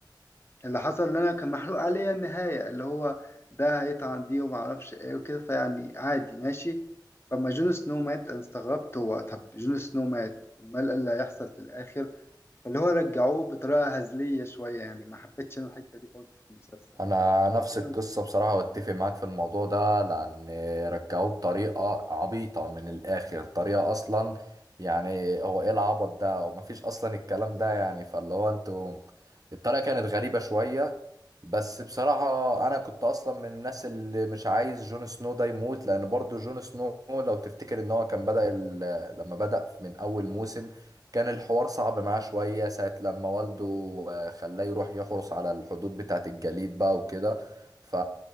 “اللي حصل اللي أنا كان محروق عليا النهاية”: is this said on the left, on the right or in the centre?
Left